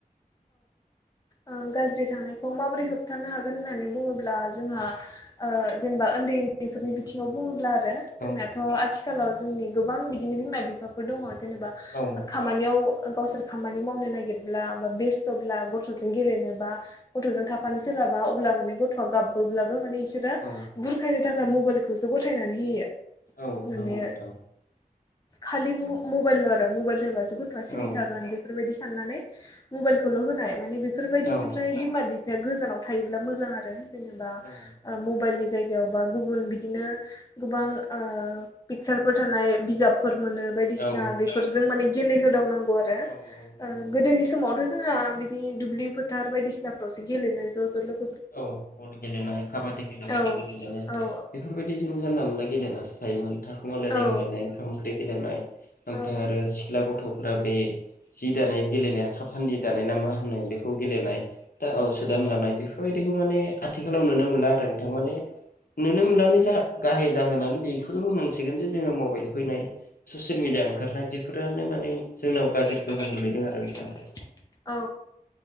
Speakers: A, on the left; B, on the left.
A: ओ गाज्रिथांनाय खौ माबोरै होबथानो हागोन होननानै बुंङोब्ला जोंहा औ जेनेबा ओन्दै ओन्दैफोरनि बिथिङाव बुंङोब्ला ब्ला जोंनिनाथ
B: औ
A: आथिखालाव जोंनि गोबां बिदिनो बिमा बिफाफोर दंङ। जेनेबा
B: औ
A: ओ खामानियाव ओ गावसोर खामानि मावनो नागिरब्ला बा बेस्थ'ब्ला गथ'। गथ' जों गेलेनोबा गथ'जों थाफानो सोलाबा अब्ला माने गथ'आ गाबबोब्लाबो माने एसे बिसोरो
B: औ
A: बुरखायनो थाखाय मबाइलखौसो गथायनानै होयो
B: औ
A: माने
B: नोंगौ नोंथां।
A: खालि म मबाइल आरो मबाइल होबासो गथ'आ सिरि
B: औ
A: थागोन बे बेबायदि साननानै मबाइलखौल होनाय माने बिफोर बायदिनिफ्राय
B: औ
A: बिमा बि बिफाया गोजानाव थायोब्ला मोजां आरो जेनेबा
B: औ
A: ओ मबाइलनि जायगायाव बा गुबुन बिदिनो गोबां ओ पिकचारफोर थानाय बिजाब फोर मोनो बायदिसिना
B: औ
A: बेफोरजों माने गेलेहोदावनांगौ आरो
B: औ नंगौ नोंथां
A: गोदोनि समावथ' जोंहा बिदि दुब्लि फोथार बायदिसिनाफ्रावसो गेलेनो ज' ज' लोगो'
B: औ बल गेलेनाय काबादि गेलेनाय
A: औ
B: बल गेलेनाय बेफोरबायदि जों जानला मोनला गेलेलासो थायोमोन थाखुमालायनाय
A: औ
B: गेलेनाय ओंखाम ओंख्रि गेलेनाय ओमफ्राय
A: औ
B: आरो सिख्ला गथ'फोरा बे जि दानाय गेलेनाय आ खाखा फान्दि दानाय ना मा होनो बेखौ गेलेनाय दा औ
A: गेलेनाय
B: सोदाम दानाय बेफोर बेबायदिखौ माने आथिखालाव नुनो मोनला आरो नोंथां माने नुनो मोनलानो जा गाहे जाहोनानै बे बेखौनो बुंनांसिगोन जे जोङो मबाइल फैनाय ससियेल मिडिया ओंखारनाय बेफोरानो माने जोंनाव गाज्रि
A: <unintelligible> औ
B: गोहोम गोलैदों आरो नोंथां